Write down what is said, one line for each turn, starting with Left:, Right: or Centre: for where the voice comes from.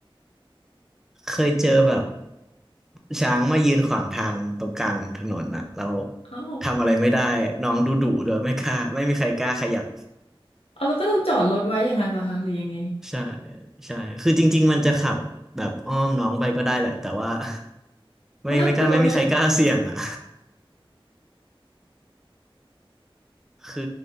Centre: เคยเจอแบบ <laughs> ช้างมายืนขวางทางตรงกลางถนนน่ะเรา
Left: เอ้า
Centre: ทำอะไรไม่ได้น้องดุดุเดยไม่กล้าไม่มีใครกล้าขยับ
Left: เอาแล้วก็ต้องจอดรถไว้อย่างนั้นเหรอคะหรือยังไง
Centre: ใช่ใช่คือจริงๆมันจะขับแบบอ้อมน้องไปก็ได้แหละแต่ว่า <laughs> ไม่ไม่กล้าไม่มีใครกล้าเสี่ยงอ่ะ
Left: มันน่ากลัวเนาะ
Centre: <laughs> คือ